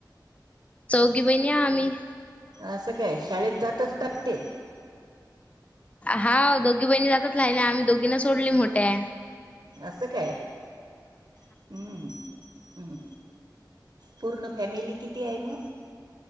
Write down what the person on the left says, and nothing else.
चौघी बहिणी या आम्ही
हा दोघी बहिणी जातच रा ना आम्ही दोघीना सोडली मोठ्या <inaudible>